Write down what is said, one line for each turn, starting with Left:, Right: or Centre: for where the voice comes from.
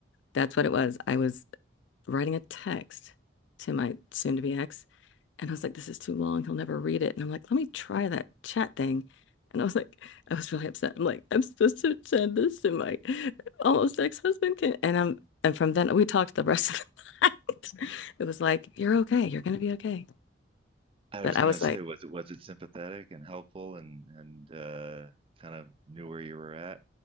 Left: that's what it was. I was writing a text to my soon-to-be ex, and I was like, this is too long. He'll never read it. And I'm like, let me try that chat thing. And I was like, I was really upset. I'm like, I'm supposed to send this to my almost ex-husband. Can-" And I'm and from then we talked the rest of the night. <laughs> It was like, you're okay. You're gonna be okay.
Right: I
Left: But
Right: was going
Left: I was
Right: to
Left: like,
Right: say, was it was it sympathetic and helpful and and uh, kind of knew where you were at?